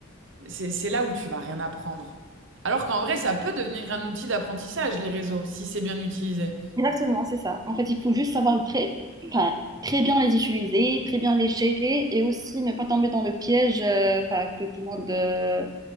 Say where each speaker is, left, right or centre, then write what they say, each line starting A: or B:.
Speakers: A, on the right; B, on the right.
A: c'est, c'est là où tu vas rien apprendre. Alors qu'en vrai, ça peut devenir un outil d'apprentissage, les réseaux, si c'est bien utilisé.
B: exactement, c'est ça. En fait, il faut juste savoir très, enfin, très bien les utiliser, très bien les gérer et aussi ne pas tomber dans le piège euh, enfin, que tout le monde euh,